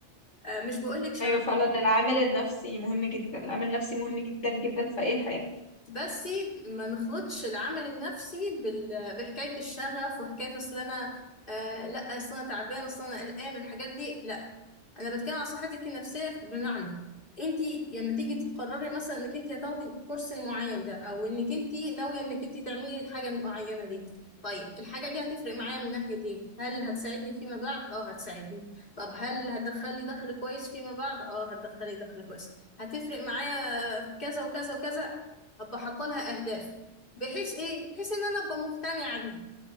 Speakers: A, on the left (about 45°); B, on the left (about 85°).
A: آه، مش بقول لك شرف
B: ايوه فعلا العامل النفسي مهم جدا العامل النفسي مهم جدا جدا في اي حاجه
A: بس ما نخلطش العمل النفسي بال... بحكاية الشغف وحكاية اصل انا آه لا اصل انا تعبان اصل انا قلقان الحاجات دي لا انا بتكلم عن صحتك النفسيه بمعنى انت لما تيجي تقرري مثلا انك انت هتاخدي الكورس المعين ده او انك انت ناويه انك انت تعملي الحاجه المعينه دي طيب الحاجه دي هتفرق معايا من ناحيه ايه هل هتساعدني فيما بعد اه هتساعدني طب هل هتدخلي دخل كويس فيما بعد اه هتدخلي دخل كويس هتفرق معايا في كذا وكذا وكذا ابقى حاطه لها اهداف بحيث ايه بحيث ان انا ابقى مقتنعه بيها